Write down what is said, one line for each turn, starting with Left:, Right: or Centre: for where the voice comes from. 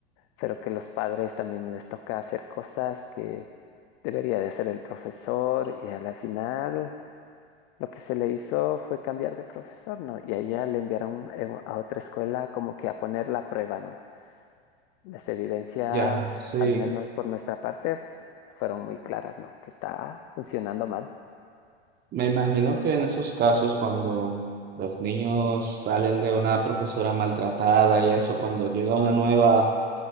Left: pero que los padres también les toca hacer cosas que debería de hacer el profesor, y a la final lo que se le hizo fue cambiar de profesor, ¿no? Y a ella le enviaron eh, a otra escuela como que a poner la prueba, ¿no? Las evidencias,
Right: Ya, sí.
Left: al menos por nuestra parte, f- fueron muy claras, ¿no? Que está funcionando mal.
Right: Me imagino que en esos casos, cuando los niños salen de una profesora maltratada y eso, cuando llega una nueva,